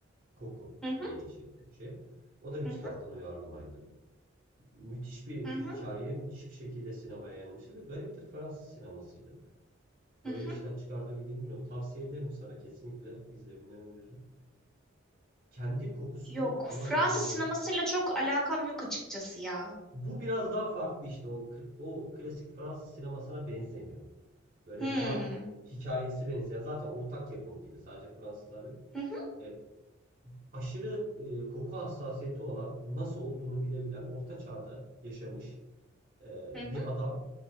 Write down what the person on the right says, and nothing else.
Koku
diye geçirdi Türkçe'ye. O da bir
kitaptan uyarlamaydı. Müthiş bir
hikaye, müthiş bir şekilde sinemaya yansımıştı ve gariptir Fransız sinemasıydı.
Böyle
işler çıkartabilir mi bilmiyorum. Tavsiye ederim sana kesinlikle izlemeni öneririm. Kendi kokusunu
alamadığını,
Bu biraz daha farklı işte o o klasik Fransız sinemasına benzemiyor. Böyle
daha hikayesi benzeyen zaten ortak yapım gibi sadece Fransızlar yok.
E, aşırı e, koku hassasiyeti olan nasıl olduğunu bilebilen orta çağda yaşamış e,
bir adam